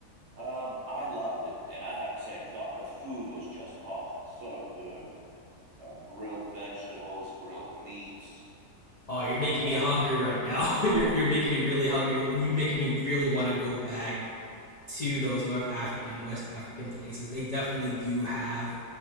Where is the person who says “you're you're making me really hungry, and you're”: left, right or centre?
Left